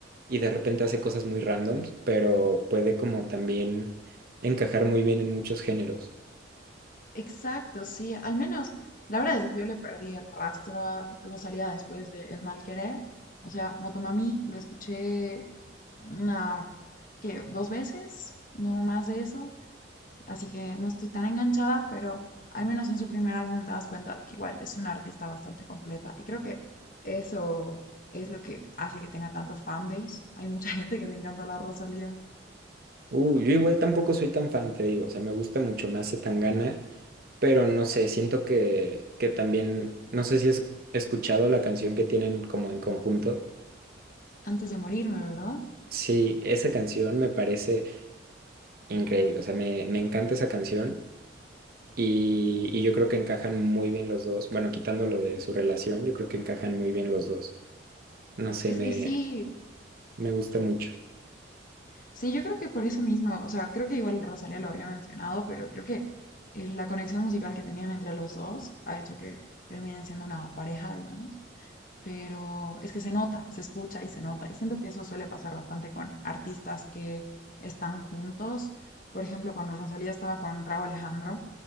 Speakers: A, on the right; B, on the left.
A: y de repente hace cosas muy randoms, pero puede como también encajar muy bien en muchos géneros.
B: Exacto, sí, al menos la verdad es que yo le perdí el rastro a Rosalía después de El Mal Querer. O sea, Motomami lo escuché una, ¿qué? dos veces, no más de eso. Así que no estoy tan enganchada, pero al menos en su primer álbum te das cuenta de que igual es una artista bastante completa. Y creo que eso es lo que hace que tenga tanto fanbase. Hay mucha <laughs> gente que le encanta la Rosalía
A: Uh, yo igual tampoco soy tan fan, te digo, o sea, me gusta mucho más Zetangana, pero no sé, siento que, que también, no sé si has escuchado la canción que tienen como en conjunto.
B: antes de morirme, ¿verdad?
A: Sí, esa canción me parece increíble, o sea, me, me encanta esa canción y, y yo creo que encajan muy bien los dos, bueno, quitando lo de su relación, yo creo que encajan muy bien los dos. No sé,
B: Es
A: me,
B: que sí.
A: me gusta mucho.
B: Sí, yo creo que por eso mismo, o sea, creo que igual Rosalía lo había mencionado, pero creo que eh, la conexión musical que tenían entre los dos ha hecho que terminen siendo una pareja, digamos. Pero es que se nota, se escucha y se nota. Y siento que eso suele pasar bastante con artistas que están juntos. Por ejemplo, cuando Rosalía estaba con Rauw Alejandro,